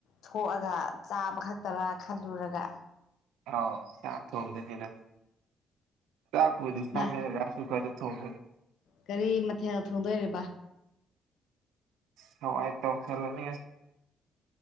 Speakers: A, on the left (about 75°); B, on the right (about 85°).
A: ꯊꯣꯛꯑꯒ ꯆꯥꯕ ꯈꯛꯇꯔꯥ ꯈꯜꯂꯨꯔꯒ
B: ꯑꯥꯎ ꯆꯥꯛ ꯊꯣꯡꯗꯅꯤꯅ ꯆꯥꯛꯄꯗꯤꯃꯦꯒꯁꯨ
A: ꯃꯥ
B: ꯈꯔ ꯇꯨꯡ
A: ꯀꯔꯤ ꯃꯊꯦꯜ ꯊꯣꯡꯗꯣꯏꯔꯤꯕ
B: ꯁꯋꯥꯏ ꯇ ꯆꯂꯅꯤ